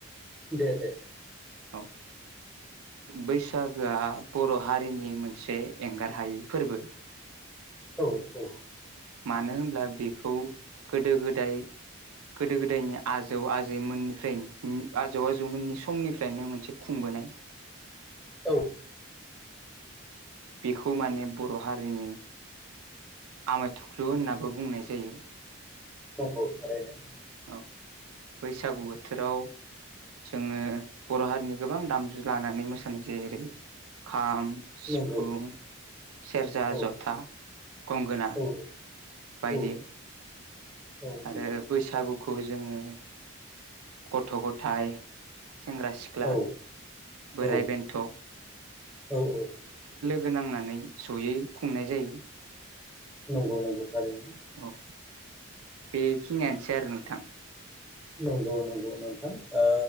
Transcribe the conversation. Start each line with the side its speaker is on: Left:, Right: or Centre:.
Centre: दे दे
Right: औ बैसागोआ बर' हारिनि मोनसे एंगार हायि फोरबो।
Centre: औ औ
Right: मानो होनब्ला बेखौ गोदो गोदाय गोदो गोदायनि आजौ आजैमोन <unintelligible> आजौ आजौमोननि समनिफ्रायनो मोनसे खुंबोनाय।
Centre: औ
Right: बेखौ माने बर' हारिनि आमाय थुख्लु होननाबो बुंनाय जायो।
Centre: नंगौ थारैनो।
Right: औ बैसागु बोथोराव जोङो बर' हारिनि गोबां दामजु लानानै मोसानाय जेरै खाम, सिफुं,
Centre: नंगौ
Right: सेरजा,
Centre: औ
Right: जथा, गंगोना।
Centre: औ
Right: बायदि
Centre: औ औ नंगौ
Right: आरो बैसागुखौ जोङो गथ' गथाय सेंग्रा सिख्ला,
Centre: औ
Right: बोराय
Centre: औ
Right: बेन्थ'
Centre: औ औ
Right: गोनांनानै जयै खुंनाय जायो।
Centre: नंगौ नंगौ थारैनो।
Right: औ बेखिनियानोसै आरो नोंथां।
Centre: नंगौ नंगौ नोंथां ओ